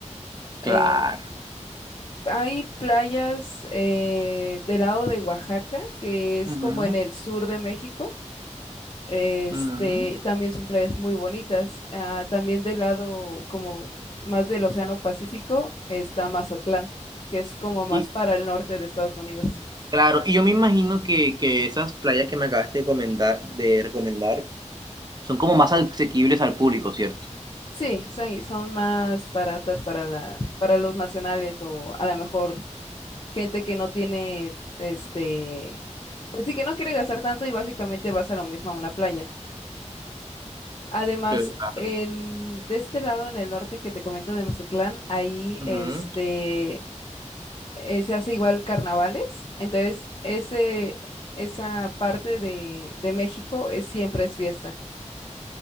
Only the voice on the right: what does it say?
Claro.
Ujú,
ujú.
Y
claro, y yo me imagino que, que esas playas que me acabaste de comentar, de recomendar Son como más asequibles al público, ¿cierto?
Pero, claro.
Ujú.